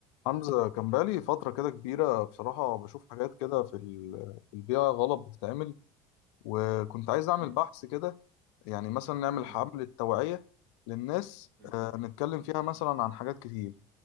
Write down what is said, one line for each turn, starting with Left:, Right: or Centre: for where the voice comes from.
Left: حمزة كان بقالي فترة كده كبيرة بصراحة بشوف حاجات كده في ال- في البيئة غلط بتتعمل وكنت عايز أعمل
Right: مم.
Left: بحث كده يعني مثلا نعمل
Right: مم.
Left: حملة توعية للناس
Right: مم.
Left: آه، نتكلم فيها مثلا عن حاجات كتير